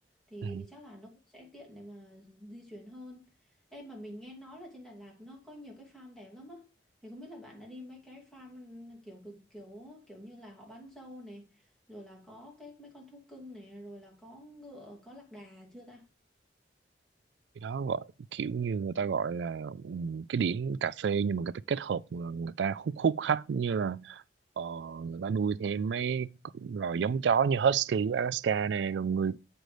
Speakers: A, in the centre; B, on the right (about 70°).
A: thì
B: ừ.
A: thì chắc là nó cũng sẽ tiện để mà di chuyển hơn. Em mà mình nghe nói là trên Đà Lạt nó có nhiều cái farm đẹp lắm á. Thì không biết là bạn đã đi mấy cái farm kiểu cực- kiểu kiểu như là họ bán dâu này, rồi là có cái mấy con thú cưng này, rồi là có ngựa, có lạc đà chưa ta?
B: cái đó gọi kiểu như người ta gọi là ừm, cái điểm cà phê nhưng mà người ta kết hợp mà người ta hút hút khách như là ờ, người ta nuôi thêm mấy loài giống chó như Husky của Alaska này rồi người